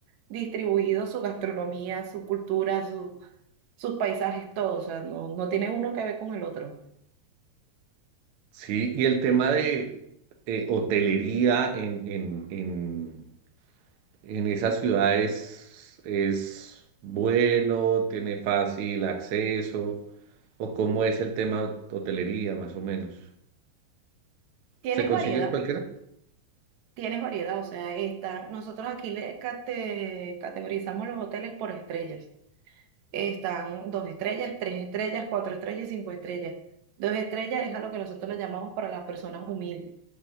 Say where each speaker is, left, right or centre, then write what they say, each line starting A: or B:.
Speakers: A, on the right; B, on the right.
A: distribuido su gastronomía, su cultura, su- sus paisajes, todo. O sea, no, no tiene uno que ver con el otro.
B: Sí, y el tema de eh, hotelería en, en, en, en esas ciudades es bueno, tiene fácil acceso, o cómo es el tema de hotelería más o menos.
A: Tienes
B: ¿Se consigue
A: variedad,
B: en cualquiera?
A: tienes variedad. O sea, está, nosotros aquí le cate- categorizamos los hoteles por estrellas. Están dos estrellas, tres estrellas, cuatro estrellas y cinco estrellas. Dos estrellas es a lo que nosotros le llamamos para las personas humildes.